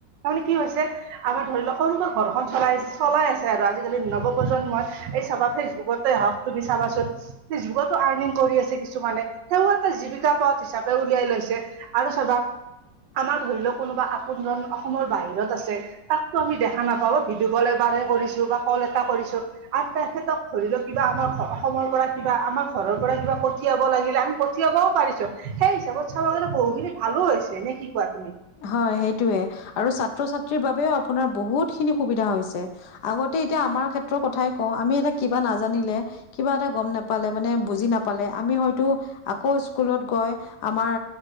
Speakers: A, on the right; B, on the left.
A: মানে কি হৈছে আমাৰ ধৰি লওক সৰুকৈ ঘৰখন চলাই চলাই আছে আৰু আজিকালি নৱপ্ৰজন্মই এই চাবা ফেচবুকতে তুমি চাবাচোন যুগতো আৰ্নিং কৰি আছে কিছুমানে তেওঁ এটা জীৱিকা পথ হিচাপে উলিৱাই লৈছে আৰু চাবা আমাৰ ধৰি লও কোনোবা আপোনজন অসমৰ বাহিৰত আছে তাকতো আমি দেখা নাপাও ভিডিঅ' কল এবাৰে কৰিছো বা কল এটা কৰিছো আৰু তেখেতক ধৰি লও কিবা আমাৰ অসমৰ পৰা কিবা আমাৰ ঘৰৰ পৰা কিবা পঠিয়াব লাগিলে আমি পঠিয়াবও পাৰিছো। সেই হিচাপত <unintelligible> বহুখিনি ভালো হৈছে ননে কি কোৱা তুমি?
B: হয় সেইটোৱে, আৰু ছাত্ৰ ছাত্ৰীৰ বাবেও আপোনাৰ বহুত খিনি সুবিধা হৈছে। আগতে এতিয়া আমাৰ ক্ষেত্ৰৰ কথাই ক আমি এটা কিবা নাজানিলে কিবা এটা গম নাপালে মানে বুজি নাপালে আমি হয়তো আকৌ স্কুলত গৈ, আমাৰ